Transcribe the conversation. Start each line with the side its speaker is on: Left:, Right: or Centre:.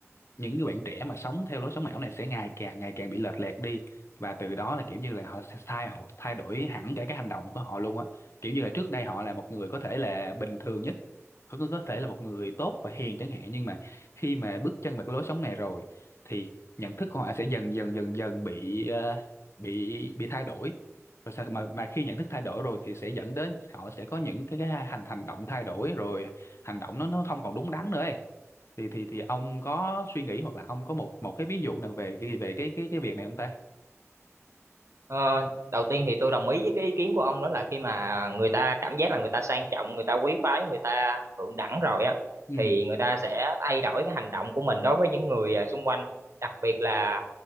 Left: những người bạn trẻ mà sống theo lối sống ảo này sẽ ngày càng ngày càng bị lệch lạc đi và từ đó là kiểu như là họ sẽ thay họ thay đổi hẳn cả cái hành động của họ luôn á kiểu như là trước đây họ là một người có thể là bình thường nhất có có có thể là một người tốt và hiền chẳng hạn nhưng mà khi mà bước chân vào cái lối sống này rồi thì nhận thức của họ sẽ dần dần dần dần bị ờ, bị bị thay đổi rồi sao mà mà khi nhận thức thay đổi rồi thì sẽ dẫn đến họ sẽ có những cái cái hành hành động thay đổi rồi hành động nó nó không còn đúng đắn nữa ấy. thì thì thì ông có suy nghĩ hoặc là ông có một một cái ví dụ nào về cái về cái cái cái việc này không ta
Right: Ờ, đầu tiên thì tôi đồng ý với cái ý kiến của ông đó là khi mà người ta cảm giác là người ta sang trọng người ta quý phái người ta thượng đẳng rồi á
Left: ừ
Right: thì người ta sẽ thay đổi cái hành động của mình đối với những người ờ, xung quanh đặc biệt là